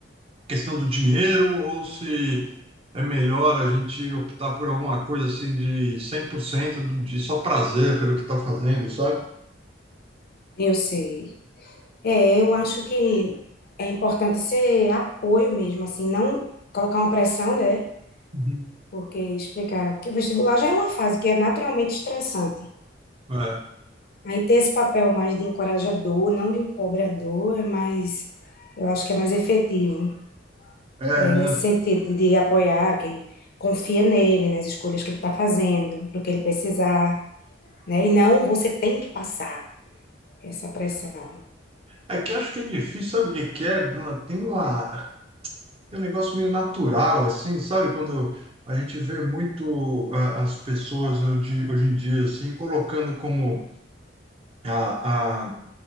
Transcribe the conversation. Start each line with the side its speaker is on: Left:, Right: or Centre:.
Right: questão do dinheiro ou se é melhor a gente optar por alguma coisa assim de 100% do- de só prazer pelo que está fazendo, sabe?
Left: eu sei. É, eu acho que é importante ser apoio mesmo, assim, não colocar uma pressão, né?
Right: Uhum.
Left: Porque explicar que o vestibular já é uma fase que é naturalmente estressante.
Right: É,
Left: Aí ter esse papel mais de encorajador, não de um cobrador, é mais, eu acho que é mais efetivo,
Right: é,
Left: né?
Right: né?
Left: Nesse sentido de apoiar, que confia nele, nas escolhas que ele está fazendo, para o que ele precisar. né? E não, você tem que passar essa pressão.
Right: É. É que acho que é difícil, sabe o que que é, Bruna? Tem uma, tem um negócio meio natural, assim, sabe? Quando a gente vê muito a- as pessoas hoje, hoje em dia, assim, colocando como a,